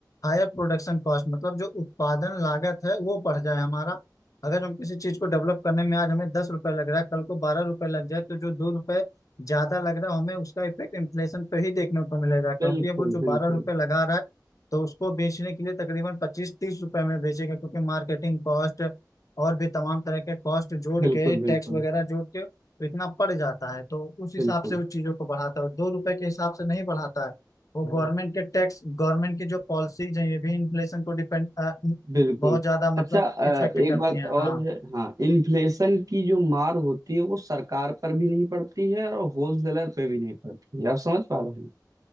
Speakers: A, on the left; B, on the right.
A: हायर प्रोडक्शन कॉस्ट मतलब जो उत्पादन लागत है वो बढ़ जाए हमारा अगर हम किसी चीज को डेवलप करने में आज हमें दस रुपए लग रहा है कल को बारह रुपए लग जाए तो जो दो रुपए ज्यादा लग रहा है हमें उसका इफेक्ट इन्फ्लेशन पे ही देखने को मिलेगा क्योंकि
B: बिल्कुल
A: अब वो जो
B: बिल्कुल
A: बारह रुपए लगा रहा है तो उसको बेचने के लिए तकरीबन पच्चीस तीस रुपए में बेचेगा क्योंकि मार्केटिंग कॉस्ट और भी तमाम तरह के कॉस्ट जोड़
B: बिल्कुल
A: के टैक्स
B: बिल्कुल
A: वगैरह जोड़ के तो इतना पड़ जाता है तो उस हिसाब
B: बिल्कुल
A: से वो चीज़ों को बढ़ाता है दो रुपए के हिसाब से नहीं बढ़ाता है वो गवर्नमेंट
B: हाँ
A: के टैक्स गवर्नमेंट की जो पॉलिसीज हैं ये भी इन्फ्लेशन को डिपेंड
B: बिल्कुल
A: बहुत ज्यादा मतलब
B: अच्छा अ,
A: इफेक्ट
B: एक
A: करती
B: बात
A: हैं हाँ
B: और है हाँ इन्फ्लेशन की जो मार होती है वो सरकार पर भी नहीं पड़ती है और होलसेलर पे भी नहीं पड़ती है आप समझ पा रहे हैं